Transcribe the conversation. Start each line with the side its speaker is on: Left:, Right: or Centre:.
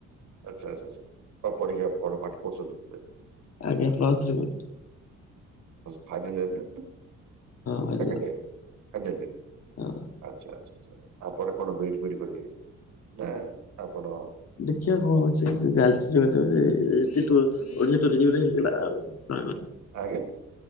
Right: ଆଛା ଆଛା, ପରୀକ୍ଷା ପାଠ ପଢୁଛନ୍ତି ବୋଧେ?
Left: ଆଜ୍ଞା plus three.
Right: Final year
Left: final
Right: second year final ଇ
Left: ହଁ।
Right: ଆଛା ଆଛା ଆଛା, ଆପରେ କଣ ବିଇଡି ଫିଇଡି କରିବେ ନା ଆପଣ?
Left: ଦେଖିବା କଣ ହଉଛି, <unintelligible> ଓଡ଼ିଆ ତ ରିୟୁଜ୍ ହେଇଥିଲା ଆଉ
Right: ଆଜ୍ଞା।